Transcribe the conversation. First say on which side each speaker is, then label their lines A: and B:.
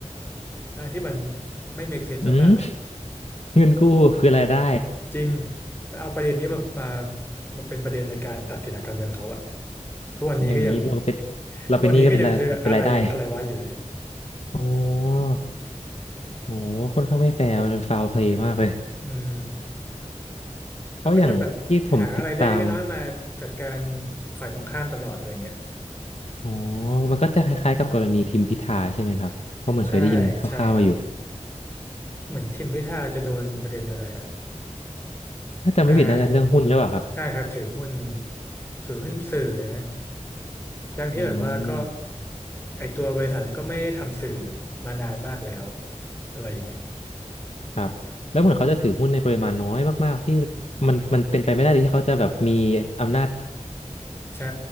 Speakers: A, on the left (about 20°); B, on the left (about 60°).
A: ทางที่มันไม่ make sense
B: อืม
A: มากๆเลย
B: <laughs> เงินกู้คือรายได้
A: จริงแล้วเอาประเด็นนี้มามามาเป็นประเด็นในการตัดสินทางการเมืองเขาอะ ทุกวันนี้ก็ยัง
B: อย่างนี้เราเป็นเราเป็นหนี้ก็เป็นรายเป็นรายได้
A: ทุกวันนี้ก็ยังคืออะไรอะไรวะอยู่เลยอะ
B: <laughs> อ๋อ โอ้ค่อนข้างไม่แฟร์มันฟาวเพลย์มากเลย
A: อืม
B: เพราะอย่างที่ผมติดตาม
A: มันก็จะแบบหาอะไรเล็กๆน้อยๆมาจัดการฝ่ายตรงข้ามตลอดอะไรเงี้ย
B: อ๋อมันก็จะคล้ายๆกับกรณีทิมพิธาใช่ไหมครับ เพราะเหมือนเคยได้ยินคร่าวๆมาอยู่
A: ใช่ใช่ครับเหมือนทิมพิธาจะโดนประเด็นอะไรอ่ะ
B: ถ้าจำไม่ผิดน่าจะเรื่องหุ้นหรือเปล่าครับ
A: อ่าใช่ครับถือหุ้นถือหุ้นสื่อนะทั้งที่แบบว่าก็
B: อืม
A: ไอตัวบริษัทนั้นก็ไม่ได้ทำสื่อมานานมากแล้วอะไรอย่างเงี้ย
B: ครับ แล้วเหมือนเขาจะถือหุ้นในปริมาณน้อยมากๆที่มันมันเป็นไปไม่ได้เลยที่เขาจะแบบมีอำนาจ
A: ใช่